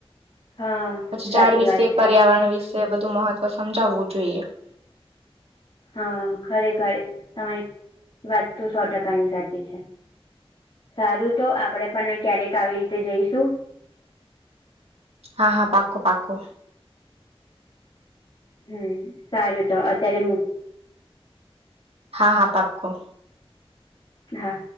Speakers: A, on the left (about 55°); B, on the right (about 80°).
A: હા
B: પછી
A: સાચી
B: ઝાડ વિશે
A: વાત છે
B: પર્યાવરણ વિશે બધું મહત્વ સમજાવવું જોઈએ.
A: હા ખરેખર તમારી વાત તો સો ટકાની સાચી છે. સારું તો આપડે પણ ક્યારેક આવી રીતે જઈશું.
B: હા હા પાકું -પાકું.
A: હમન સારું તો અત્યારે મક
B: હા-હા પાકું.
A: હા.